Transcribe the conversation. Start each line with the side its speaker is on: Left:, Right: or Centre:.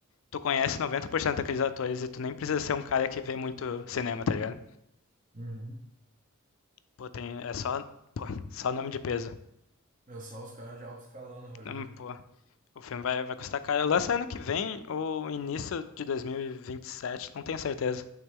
Left: tu conhece 90% daqueles atores e tu nem precisa ser um cara que vê muito cinema, tá ligado?
Right: Uhum.
Left: Pô, tem, é só, pô, só nome de peso.
Right: Pensar os caras de alto escalão na Hollywood.
Left: Hum, Pô, o filme vai, vai custar caro. Lança ano que vem ou início de 2027, não tenho certeza.